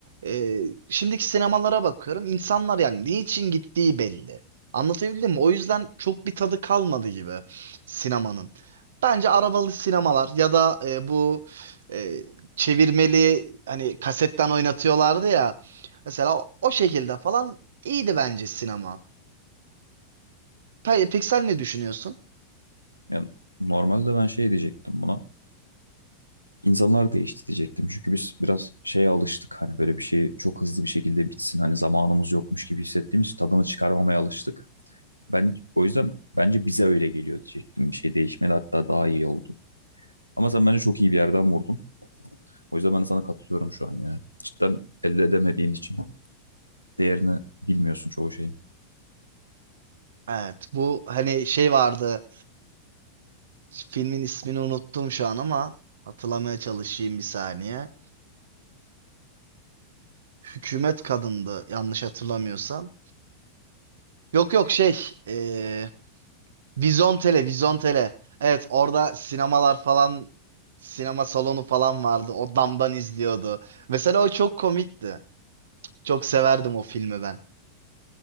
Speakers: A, on the right (about 65°); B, on the right (about 85°).
A: e, şimdiki sinemalara bakıyorum. İnsanlar yani niçin gittiği belli. Anlatabildim mi? O yüzden çok bir tadı kalmadı gibi sinemanın. Bence arabalı sinemalar ya da e, bu e, çevirmeli hani kasetten oynatıyorlardı ya. Mesela o, o şekilde falan iyiydi bence sinema. Pe- Peki sen ne düşünüyorsun?
B: Yani normalde ben şey diyecektim buna. İnsanlar değişti diyecektim. Çünkü biz biraz şeye alıştık. Hani böyle bir şey çok hızlı bir şekilde bitsin. Hani zamanımız yokmuş gibi hissettiğimiz tadını çıkarmamaya alıştık. Ben o yüzden bence bize öyle geliyor diyecektim. Bir şey değişmedi hatta daha iyi oldu. Ama sen bence çok iyi bir yerden vurdun. O yüzden ben de sana katılıyorum şu an ya. Cidden elde edemediğin için değerini bilmiyorsun çoğu şeyin.
A: Evet bu hani şey vardı filmin ismini unuttum şu an ama hatırlamaya çalışayım bir saniye. Hükümet kadındı yanlış hatırlamıyorsam. Yok yok şey eee Vizontele Vizontele. Evet orada sinemalar falan sinema salonu falan vardı o damdan izliyordu. Mesela o çok komikti. Çok severdim o filmi ben.